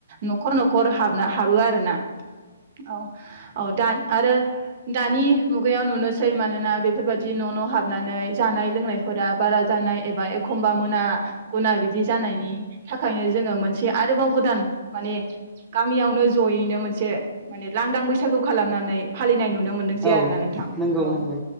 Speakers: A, on the right; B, in the centre.
A: न'खर न'खर हाबनो हाबो आरो ना औ औ दा आरो दानि मुगायाव नुनोसै मानोना बेफोरबायदि न' न' हाबनानै जानाय लोंनाय बारा जानाय एबा एखमबा मोना गना बिदि जानायनि थाखायनो जोङो मोनसे आरोबाव गोदान माने गामियावनो जयैनो मोनसे मोनसे माने लांदां बैसागु खालामनानै फालिनाय नुनो मोनदोंसै
B: औ
A: आरोना नोंथां
B: नंगौ
A: औ
B: नंगौ